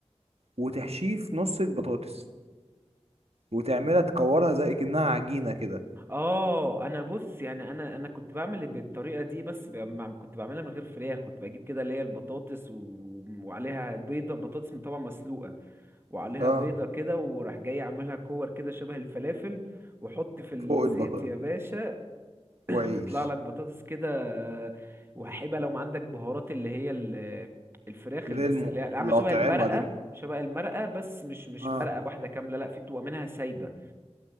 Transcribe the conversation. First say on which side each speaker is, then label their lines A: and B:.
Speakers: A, on the right (about 65°); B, on the right (about 20°).
A: وتحشيه في نص البطاطس وتعملها تكورها زي كأنها عجينة كده
B: اه انا بص يعني انا انا كنت بعمل بالطريقه دي بس ب- مع- كنت بعملها من غير فراخ كنت بجيب كده اللي هي البطاطس و... وعليها بيضه بطاطس طبعا مسلوقه وعليها
A: اه
B: بيضه كده وراح جاي عاملها كور كده شبه الفلافل واحط في الزيت
A: فوق البطاطس
B: يا باشا
A: وعيش
B: تطلع لك بطاطس كده آه، وهيبقى لو ما عندك بهارات اللي هي ال- الفراخ
A: اللي
B: اللي بس
A: هي الم-
B: اللي عامله
A: الأطعمة
B: شبه المرقه
A: دي
B: شبه المرقه بس مش مش
A: اه
B: مرقه واحده كامله لا في بتبقى منها سايبه